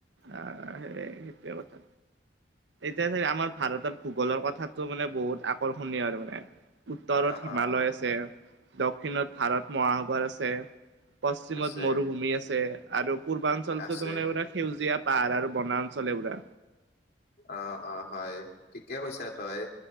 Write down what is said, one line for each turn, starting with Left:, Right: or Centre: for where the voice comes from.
Right: অ' সেই সেইটোৱে কথা। এতিয়া চাগে আমাৰ ভাৰতত ভূগোলৰ কথাটো মানে বহুত আকৰ্ষণীয় আৰু মানে। উত্তৰত
Left: অ
Right: হিমালয়
Left: অ
Right: আছে, দ দক্ষিণত ভাৰত মহাসাগৰ আছে, পশ্চিমত
Left: আছে
Right: মৰুভূমি আছে, আৰু পূৰ্বাঞ্চলটো
Left: আছে
Right: মানে পোৰা সেউজীয়া পাহাৰ আৰু বনাঞ্চলে পোৰা।
Left: অ' অ' হয় ঠিকে কৈছা তই